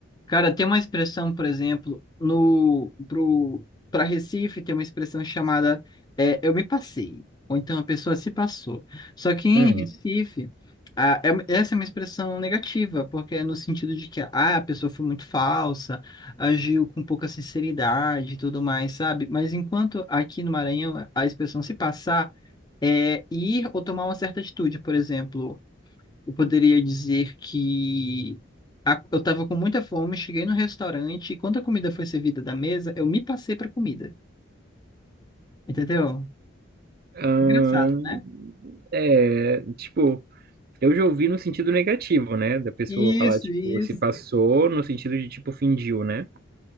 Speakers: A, on the left; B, on the right.
A: Cara, tem uma expressão, por exemplo, no pro para Recife tem uma expressão chamada é, eu me passei, ou então a pessoa se passou. Só que em
B: Hum.
A: Recife, a, é uma- essa é uma expressão negativa, porque é no sentido de que ah, a pessoa foi muito falsa, agiu com pouca sinceridade e tudo mais, sabe? Mas enquanto aqui no Maranhão a expressão se passar é ir ou tomar uma certa atitude, por exemplo, eu poderia dizer que a- eu estava com muita fome, cheguei no restaurante e quando a comida foi servida da mesa, eu me passei para comida. Entendeu?
B: Ahn,
A: Engraçado, né?
B: é, tipo, eu já ouvi no sentido negativo, né? Da pessoa
A: Isso,
B: falar, tipo,
A: isso,
B: se passou no sentido de, tipo, fingiu, né?